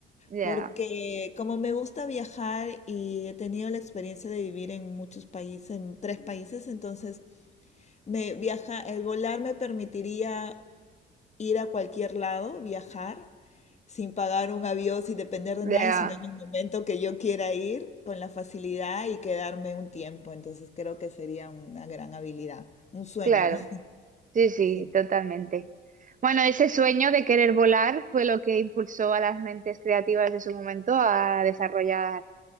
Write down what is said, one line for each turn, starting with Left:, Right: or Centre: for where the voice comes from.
Right: ya,
Left: porque como me gusta viajar y he tenido la experiencia de vivir en muchos países, en tres países, entonces me viaja, el volar me permitiría ir a cualquier lado, viajar sin pagar un avión, sin depender de nadie,
Right: ya,
Left: sino en el momento que yo quiera ir, con la facilidad y quedarme un tiempo. Entonces creo que sería una gran habilidad, un sueño.
Right: claro.
Left: <laughs>
Right: Sí, sí,
Left: Sí.
Right: totalmente. Bueno, ese sueño de querer volar fue lo que impulsó a las mentes creativas de su momento a desarrollar